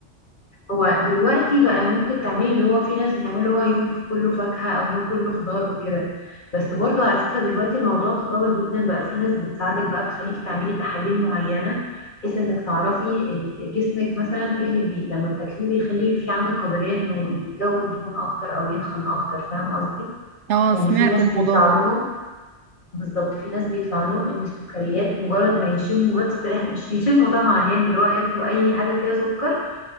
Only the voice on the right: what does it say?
اه
سمعت
الموضوع
ده